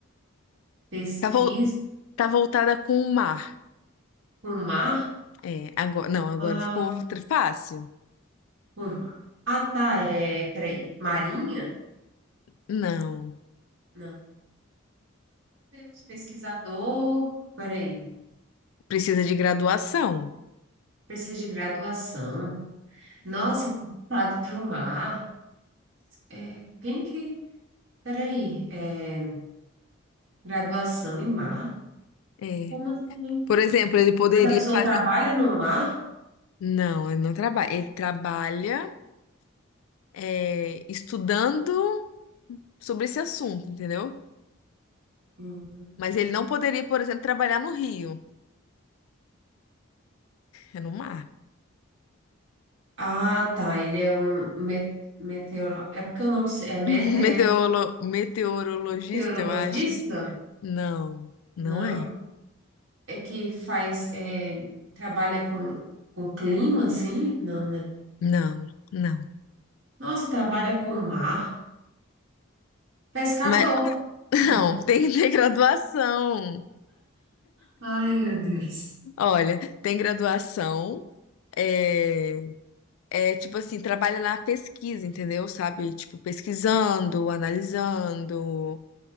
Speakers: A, on the right (about 65°); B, on the left (about 80°).
A: pesquisa
B: Tá, vol- tá voltada com o mar.
A: com mar,
B: É, agora, não, agora
A: mar,
B: ficou tr- fácil.
A: com mar. Ah, tá, é, peraí, marinha?
B: Não,
A: Não, meu Deus, pesquisador, peraí,
B: precisa de graduação.
A: precisa de graduação. Nossa, tá voltado para o mar. É, quem que, peraí, é, graduação em mar?
B: É.
A: Como assim?
B: Por exemplo, ele poderia
A: Mas a pessoa
B: fazer
A: trabalha
B: um...
A: no mar?
B: Não, ele não trabalha. Ele trabalha, é, estudando sobre esse assunto, entendeu?
A: Hum,
B: Mas ele não poderia, por exemplo, trabalhar no Rio. É no mar.
A: Ah, tá. Ele é um me- meteoro. É porque eu não sei.
B: <laughs>
A: É mete- é
B: Meteorolo- Meteorologista,
A: meteorologista?
B: eu acho. Não, não
A: Não.
B: é.
A: É que faz. é, trabalha com, com clima, assim? Não, né?
B: Não, não.
A: Nossa, trabalha com mar. Pescador.
B: Mas <laughs> não,
A: <laughs> Não.
B: tem que ter graduação.
A: Ai, meu Deus.
B: Olha, tem graduação. É, é tipo assim, trabalha na pesquisa, entendeu? Sabe? Tipo, pesquisando, analisando,